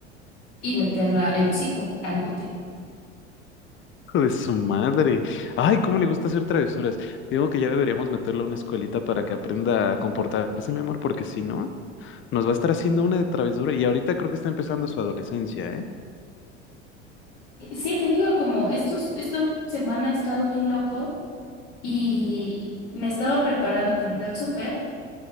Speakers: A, on the left; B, on the left.
A: y meterla el hocico al bote.
B: de su madre. Ay, cómo le gusta hacer travesuras. Digo que ya deberíamos meterle a una escuelita para que aprenda a comportarse, mi amor, porque si no, nos va a estar haciendo una de travesura. Y ahorita creo que está empezando su adolescencia, ¿eh?
A: Sí, te digo, como estos, esta semana he estado bien loco y me estaba preparando para ir al súper